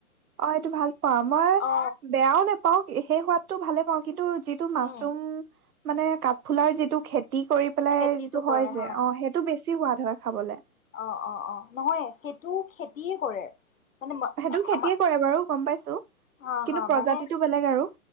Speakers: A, on the right (about 85°); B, on the left (about 60°).
A: অ এইটো ভাল পোৱা মই
B: অ
A: বেয়াও নেপাও সেই হোৱাত। তো ভালে পাওঁ কিন্তু। যিহেতু মাছৰুম।
B: উম
A: মানে কাঠফুলাৰ যিটো খেতি খেতি কৰি পেলাই
B: খেতিটো
A: যিটো
B: কৰে
A: হয় যে,
B: হা
A: অ সেইটো বেছি সোৱাদ হয় খাবলৈ।
B: অ অ অ নহয় সেইটো খেতিয়ে কৰে। মানে
A: সেইটো খেতিয়ে
B: আমাৰ
A: কৰে বাৰু গম পাইছো। কিন্তু
B: হা হা
A: প্ৰজাতিটো
B: মানে
A: বেলেগ আৰু